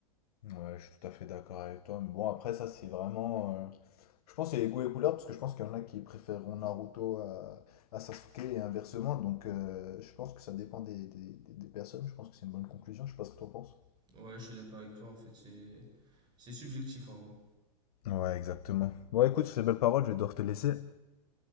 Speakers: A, on the left; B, on the right.
A: Ouais, je suis tout à fait d'accord avec toi. Mais bon, après, ça, c'est vraiment. euh, Je pense que c'est les goûts et couleurs, parce que je pense qu'il y en a qui préféreront Naruto à, à Sasuke et inversement. Donc, euh, je pense que ça dépend des, des- des- des personnes. Je pense que c'est une bonne conclusion. Je sais pas ce que t'en penses.
B: Ouais, je suis d'accord avec toi, en fait. C'est c'est subjectif, en gros.
A: Ouais, exactement. Bon, écoute, sur ces belles paroles, je vais devoir te laisser.